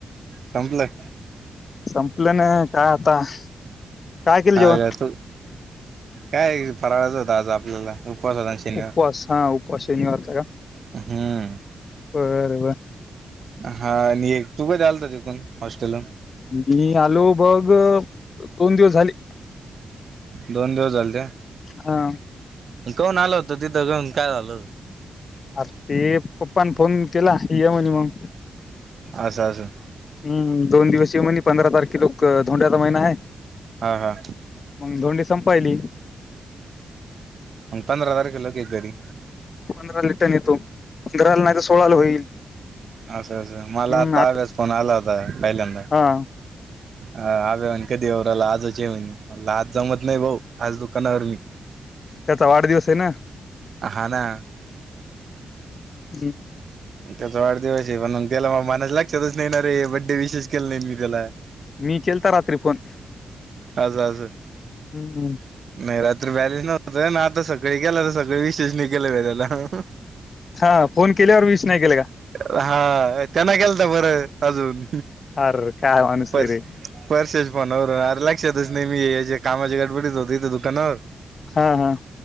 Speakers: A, on the right; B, on the left.
A: संपलं?
B: संपलं नाही काय आता. काय केलं
A: हा
B: जेवण?
A: तू काय फराळायचं होत आज आपल्याला उपवासा शनिवार.
B: उपवास हा उपवास शनिवारचा
A: हम्म.
B: होय बरं बरं.
A: हा आणि एक तू काही आल त तिकून हॉस्टेलून
B: मी आलो बघ दोन दिवस झाले
A: दोन दिवस झाले त्या
B: हा
A: कोन आल होतो तिथं घऊन काय झालं होतं
B: अरे ते पप्पान फोन केला ह म्हणी मग
A: अच्छा अ्ा
B: हम्म दोन दिवसीय म्हहि पंधरा तारखे लोक धोंड्याचा महिना आहे
A: हा हा
B: मग धोंडी संपायली
A: मग पंरा तारखेलाे घरी
B: पंधरा येतो घराला नाही सोळाला होईल
A: असं असं मला
B: हम्म
A: आत्ता
B: आ-
A: आव्यास फोन आला होता पहिल्यांदा
B: हा
A: ह अभवान कधीवरराला आजच ये म्ह मला आज जमत नाही भाऊ आज दुकानावर मी
B: त्याचा वाढदिवस आहे ना
A: आहला
B: हम्
A: त्याचा वाढदिवस आहे म्हणून त्याला मग मनास लक्षातच नाहीणार रे बड्डे विशेष केलं नाही मी त्याला
B: मी केलता रात्री फोन
A: अस अस
B: हम्म
A: नाही रात्री बॅलेन्स नव कसय ना आता सकाळी गेला ना तर सगळे विषयच नि
B: हा फोन केल्यावर विश नाही केलं
A: <unintelligible> हा त्यांना केलता बरं अजून
B: आर काय माणूस
A: पर्स
B: हाय रे?
A: पर्सेस फोनवर अर लक्षातच नाही, मी ये हेज्या कामाच्या गडबडीत होतो इथे दुकानावर.
B: हा हा.